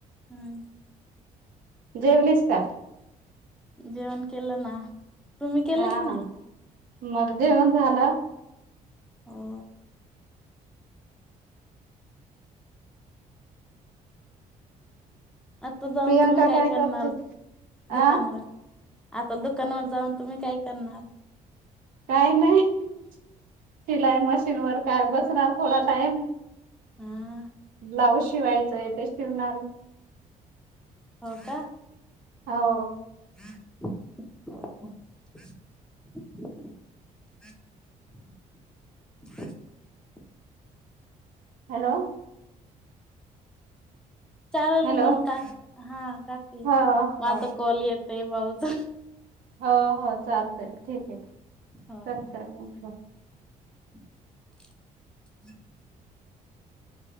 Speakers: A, in the centre; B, on the right.
A: हम्म.
B: जेवलीस का?
A: जेवण केलना. तुम्ही केल
B: हा
A: की नाही?
B: मग जेवण झाल?
A: हो. आता जाऊन
B: प्रियांका
A: तुम्ही काय करणार
B: करत होती? अ
A: दुकानवर? आता दुकानवर जाऊन तुम्ही काय करणार?
B: काही नाही सिलाई मशीन वर काय बसणार थोडा टाईम.
A: हा.
B: ब्लाऊज शिवायचंय ते शिवणार.
A: हो का?
B: हो.
A: <inaudible> <inaudible>
B: हॅलो
A: <inaudible> चालेल
B: हॅलो
A: मग का हा काकी
B: हो
A: माझ
B: हो
A: कॉल येत ते ब्लाउज
B: हो हो चालतय ठीक आहे
A: हो.
B: कर कर
A: <unintelligible>